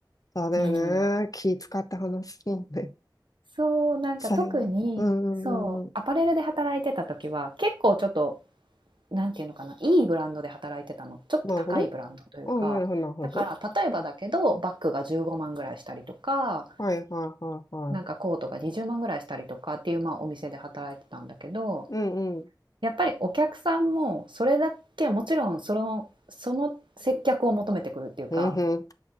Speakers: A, on the left (about 50°); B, on the right (about 85°).
A: そうだよ
B: うん、
A: ね。気使って話すもんね。
B: そうなんか特にそうアパレルで働いてた時は結構ちょっと
A: さよ、うんうん
B: なんていうのかな、いいブランドで働いてたの。ちょっと高いブランドというか、
A: なるほど。あなるほど、なるほど。
B: だから例えばだけど、バッグが15万ぐらいしたりとか、
A: はい、はい、はい、はい。
B: なんかコートが20万ぐらいしたりとかっていう、まあ、お店で働いてたんだけど、
A: うん、うん。
B: やっぱりお客さんもそれだけ、もちろんその、その接客を求めてくるっていうか、
A: うんうん。